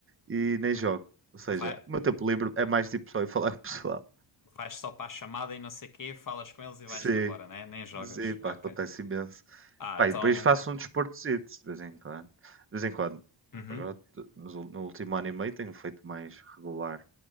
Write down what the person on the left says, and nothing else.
Vai.
Vais só para a chamada e não sei o quê, falas com eles e vais-te
embora, né? Nem jogas.
Ok.
Ah,
então.
Uhum.